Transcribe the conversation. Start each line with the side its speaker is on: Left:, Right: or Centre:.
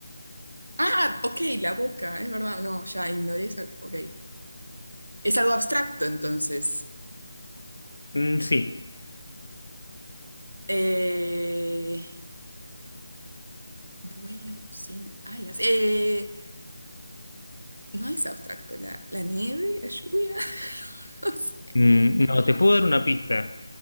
Right: Ah, ok, la boca, es verdad. No, ya ignoré esa. Ok. Es algo abstracto, entonces.
Left: Mm, sí.
Right: Eh, vuelo sin alas. Eh, no es abstracto. La, la nieve, la lluvia. <laughs> No sé.
Left: Mm, no, te puedo dar una pista.